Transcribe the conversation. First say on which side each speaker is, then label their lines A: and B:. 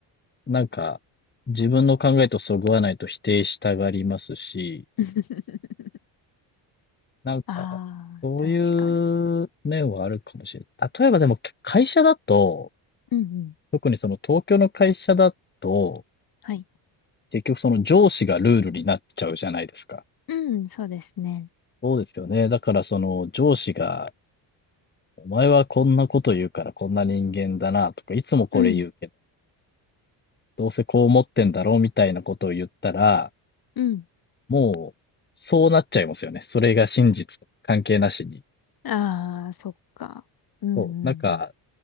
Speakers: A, on the left (about 25°); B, on the left (about 50°).
A: なんか自分の考えとそぐわないと否定したがりますし、
B: <laughs>
A: なんかそうい
B: ああ、確かに。
A: う面はあるかもしれない。例えばでも会社だと、
B: うんうん。
A: 特にその東京の会社だと、
B: はい。
A: 結局その上司がルールになっちゃうじゃないですか。
B: うん、そうですね。
A: そうですよね。だからその上司がお前はこんなこと言うからこんな人間だなとか、いつもこれ言うけど、
B: うん。
A: どうせこう思ってんだろうみたいなことを言ったら、
B: うん。
A: もう、そうなっちゃいますよね。それが真実とか関係なしに。
B: ああ、そっか。うんうんうん。
A: そう。なんか、